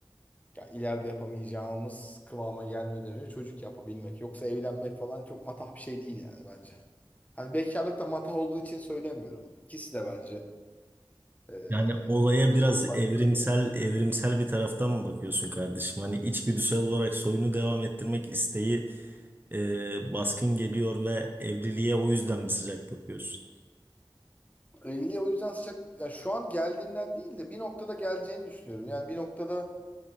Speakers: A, on the left (about 15°); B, on the right (about 20°).
A: ya ileride yapamayacağımız kıvama gelmeden önce çocuk yapabilmek. Yoksa evlenmek falan çok matah bir şey değil yani bence. Hani bekarlık da matah olduğu için söylemiyorum. İkisi de bence ee,
B: Yani olaya
A: çok da
B: biraz
A: büyük farklar
B: evrimsel
A: değil.
B: evrimsel bir taraftan mı bakıyorsun kardeşim? Hani içgüdüsel olarak soyunu devam ettirmek isteği e, baskın geliyor ve evliliğe o yüzden mi sıcak bakıyorsun?
A: Evliliğe o yüzden sıcak ya şu an geldiğinden değil de bir noktada geleceğini düşünüyorum. Yani bir noktada